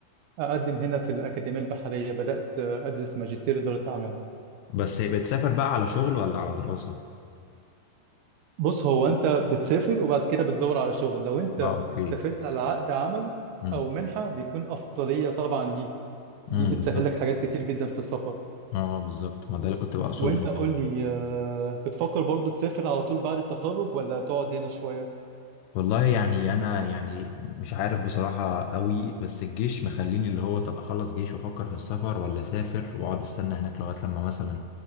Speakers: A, on the right; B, on the left.
A: اقدم هنا في الاكاديميه البحريه بدات ادرس ماجستير اداره اعمال
B: بس هي بتسافر بقى على شغل ولا على دراسة؟
A: بص هو انت بتسافر وبعد كده بتدور على شغل لو انت
B: اه اوكي
A: سافرت على عقد عمل
B: امم
A: او منحه بيكون افضليه طبعا ليك دي
B: امم
A: بتسهل
B: بالظبط
A: لك حاجات كتير جدا في السفر
B: اه بالظبط ما ده اللي كنت بقصده
A: وانت قول
B: يعني
A: لي آه، بتفكر برضو تسافر على طول بعد التخرج ولا تقعد هنا شوية؟
B: والله يعني انا يعني مش عارف بصراحة قوي بس الجيش مخليني اللي هو طب اخلص جيش وافكر في السفر ولا اسافر واقعد استنى هناك لغاية لما مثلا